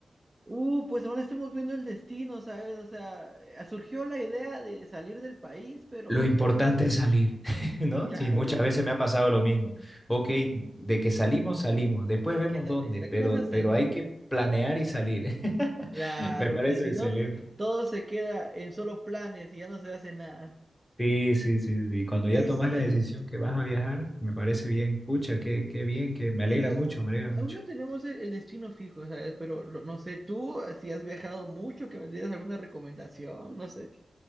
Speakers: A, on the right; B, in the centre.
A: Uh, pues aún estamos viendo el destino, ¿sabes? O sea, eh, surgió la idea de salir del país, pero
B: Lo importante es salir, <laughs> ¿no?
A: claro,
B: Sí, muchas
A: lo importante
B: veces me ha pasado lo mismo. Ok, de que salimos, salimos, después
A: de
B: vemos
A: que sale,
B: dónde,
A: la
B: pero,
A: cosa es
B: pero
A: salir.
B: hay que planear y salir. <laughs>
A: Claro,
B: Me parece
A: que si
B: excelente.
A: no, t- todo se queda en solo planes y ya no se hace nada.
B: Sí, sí, sí, sí. Cuando
A: Pero
B: ya tomas
A: sí,
B: la decisión que vas a viajar, me parece bien. Pucha, qué, qué bien, que me
A: sí,
B: alegra
A: aún,
B: mucho, me alegra
A: aún
B: mucho.
A: no tenemos el, el destino fijo, ¿sabes? Pero lo- no sé, tú, si has viajado mucho, que me dieras alguna recomendación, no sé.